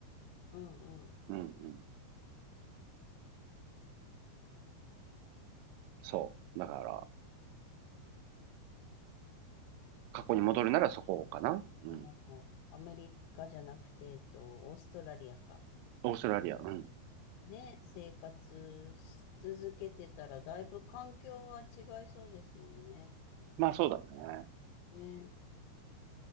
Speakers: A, on the left; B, on the right.
A: んうん。
B: うんうん。そう。だから、過去に戻るならそこかな。
A: そうですよね。
B: うん。
A: もうアメリカじゃなくて、えっと、オーストラリアか。
B: オーストラリア、うん。
A: ね、生活し続けてたら、だいぶ環境は違いそうですもんね。
B: まあそうだね。
A: ね、